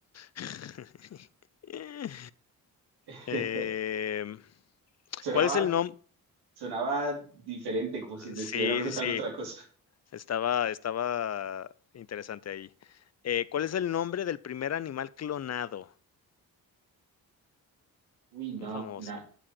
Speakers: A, on the left; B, on the right.
A: <laughs> Eh,
B: <laughs>
A: Em,
B: Sonaba,
A: ¿cuál es el nombre?
B: sonaba diferente, como si te
A: Sí,
B: estuviera preguntando
A: sí, sí,
B: otra cosa.
A: estaba estaba interesante ahí. Eh, ¿cuál es el nombre del primer animal clonado?
B: Uy,
A: Muy
B: no,
A: famoso.
B: no.